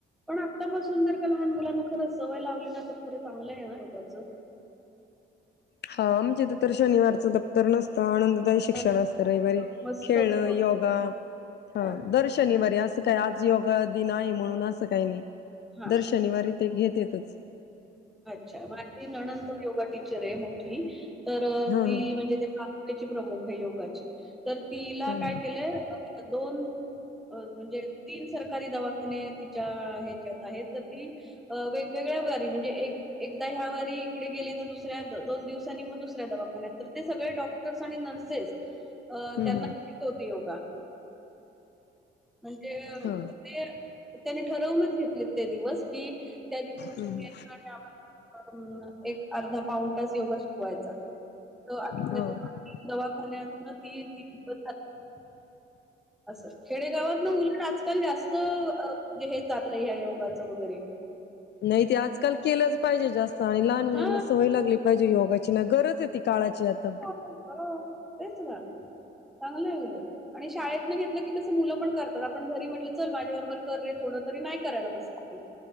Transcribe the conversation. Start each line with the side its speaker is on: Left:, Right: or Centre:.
Centre: पण आत्तापासून जर का लहान मुलांना खरं सवय लावली ना तर खरं चांगलं आहे ना योगाच.
Left: हा मआमच्या हित तर शनिवारच दप्तर नसतं आन द -शिक्षण
Centre: हा,
Left: असत रविवारी
Centre: मस्तच
Left: खेळण
Centre: मग.
Left: योगा हा
Centre: हां,
Left: दर श शनिवारी असं काय आज योग दिन आहे म्हणून असं काही नाही
Centre: हां.
Left: दर शनिवारी ते घेतेच.
Centre: अच्छा माझी नणंत योगा टीचर आहे मोठी तर
Left: हा हा
Centre: ती म्हणजे तालुक्याची प्रमुखाय योगाची तर तिला
Left: हा हम्म
Centre: काय केलंय दोन म्हणजे तीन सरकारी दवाखाने ती च्या ह्याच्यात आहेत तर ती वेगवेगळ्या वारी म्हणजे एक एकदा ह्या वारी इकडे गेली तर दुसऱ्या दोन दिवसांनी मग दुसऱ्या दवाखान्यात तर ते सगळे डॉक्टर्स आणि नर्सेस अ
Left: हम्म
Centre: त्यांना <inaudible> योगा म्हणजे
Left: हा
Centre: त्ये त्यांनी ठरवूनच घेतले ते दिवस की त्या दिवशी
Left: हम्म
Centre: अ -एक अर्धा पाऊन तास योगा शिकवायचा तो आठवड्यातंन
Left: हो
Centre: दवाखान्यात ती <inaudible> अस. खेडेगावात न उलट आजकाल जास्त अ -म्हणजे हे चाललंय ह्या योगाचं वगैरे.
Left: नाही ते आजकाल केलंच पाहिजे जास्त आणि लहान मुलांना
Centre: हा
Left: सवय लागली पाहिजे योगाची ना गरज ए ती काळाची आता.
Centre: हो तेच ना चांगलंय उलट. आणि शाळेत न घेतलं की कसं मुलं पण करतात आपण घरी म्हटलं चल माझ्या बरोबर कर रे थोडं तरी नाय करायला बसत ती.